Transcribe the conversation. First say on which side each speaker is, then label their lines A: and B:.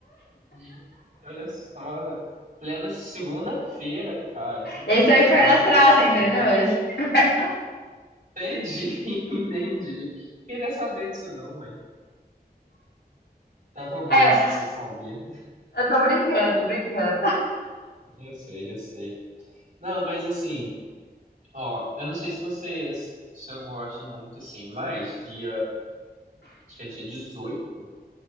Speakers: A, on the right (about 55°); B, on the left (about 80°).
A: Gente, Olha só, plena segunda-feira, cara, sendo
B: Esse
A: humilhado
B: é o inferno astral,
A: a essa
B: você entendeu?
A: hora.
B: Esse é o inferno.
A: Entendi, <laughs> entendi. Queria saber disso não, mãe. Tava bom
B: Aí,
A: assim,
B: ó,
A: sem saber.
B: Eu tô brincando, brincando.
A: Eu sei, eu sei. Não, mas assim. Ó, eu não sei se vocês, se eu gosto muito assim, mas dia, acho que é dia 18,